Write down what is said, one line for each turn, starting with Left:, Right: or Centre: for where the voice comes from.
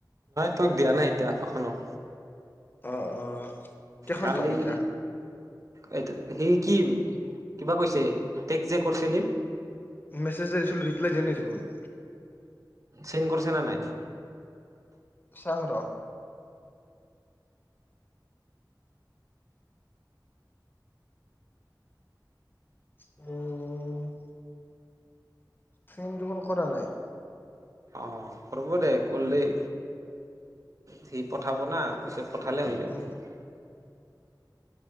Right: তক দিয়া নাই এতিয়া এখনক
Left: অ অ কেইখন
Right: কালি
Left: পাম এতিয়া
Right: এইটো সেই কি কিবা কৈছে টেক যে কৰিছিলি।
Left: মেছেজযে দিছিলো ৰিপ্লাই দিয়া নাই দেখোন। ফোন
Right: চিন কৰিছে না নাই?
Left: চাং ৰ। উহ ফোন দেখোন কৰা নাই।
Right: অ কৰব দে কৰলেই, সি পঠাব না পিছত পঠালে হৈ যাব।
Left: উম